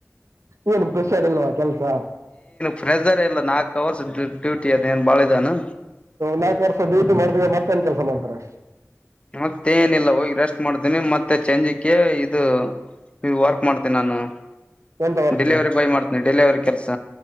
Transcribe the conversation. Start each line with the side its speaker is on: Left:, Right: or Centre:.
Right: ಏನ್ ಪ್ರೆಷ್ಾರ್ಲ್ವಾ ಕೆಲ್ಸ.
Left: ಫ್ರೆಜರ್ ಎಲ್ಲ ನಾಲ್ಕ್ು ಅವರ್ಸ್ ಡ್ಯೂಟಿ ಅದಏನ್ ಬಾಳಿದಾನು.
Right: ನಾಲ್ಕು ವರ್ಷ ಡೂಟಿ ಮಾಡಿದವ ಮತ್ತೆ ಏನ್ ಕೆಲ್ಸ ಮಾಡ್ತಾರೆ
Left: ಮತ್ತೆ ಏನಿಲ್ಲ ಹೋಗಿ ರೆಸ್ಟ್ ಮಾಡ್ತೀನಿ ಮತ್ತೆ ಸಂಜೆಗೆ ಇದು. ಈ ವರ್ಕ್ ಮಾಡ್ತೇನೆ ನಾನು.
Right: ಎಂತವರ್ಕು.
Left: ಡಿಲಿವರಿ ಬಾಯ್ ಮಾಡ್ತೇನಿ ಡೆಲಿವರಿ ಕೆಲ್ಸ